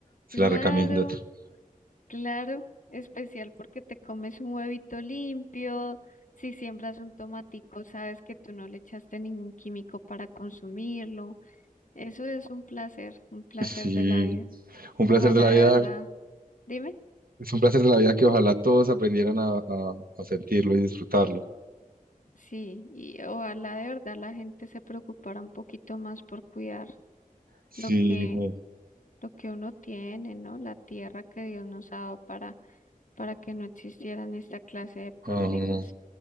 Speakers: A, on the right; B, on the left.
A: Se
B: Claro.
A: la recomiendo. <laughs>
B: Claro, especial porque te comes un huevito limpio, si siembras un tomatico, sabes que tú no le echaste ningún químico para consumirlo. Eso es un placer, un placer
A: Sí,
B: de la vida.
A: un
B: Ojalá
A: placer de la vida.
B: de verdad, dime,
A: Es un placer de la vida que ojalá todos aprendieran a, a, a sentirlo y disfrutarlo.
B: sí, y ojalá de verdad la gente se preocupara un poquito más por cuidar
A: Sí,
B: lo que,
A: no.
B: lo que uno tiene, ¿no? La tierra que Dios nos ha dado para, para que no existieran esta clase de problemas.
A: Ajá.